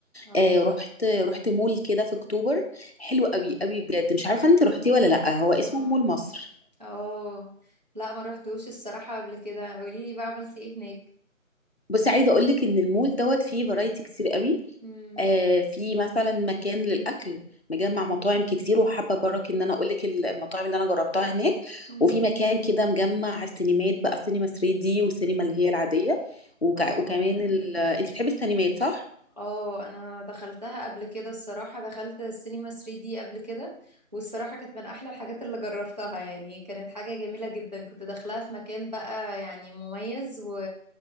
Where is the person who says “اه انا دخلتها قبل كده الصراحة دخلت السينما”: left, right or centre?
Right